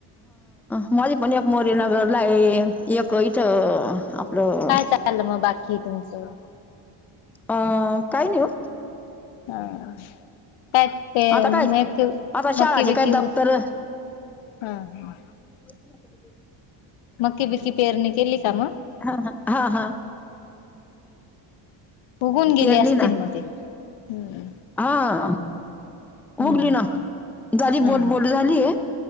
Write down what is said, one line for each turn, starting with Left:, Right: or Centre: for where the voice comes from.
Centre: मध्ये पण एक मोरेनगरला आहे एक इथं. आपलं
Left: काय चालल मग बाकी तुमचं.
Centre: अ काय नाही वो.
Left: हा काय. ते
Centre: आता काय
Left: मॅथव
Centre: आता शाळाचे
Left: मकी बिककी
Centre: काय दप्तर
Left: उगाच हा ह.
Centre: बोल की आता.
Left: मक्की बिक्की पेरणी केली का मग.
Centre: हा हा हा.
Left: बघून गेले
Centre: पेरली
Left: असतील
Centre: ना
Left: मध्ये ते.
Centre: हा
Left: हम्म
Centre: उगली ना झाली
Left: हा
Centre: बोट
Left: हा
Centre: बोट झाली आहे.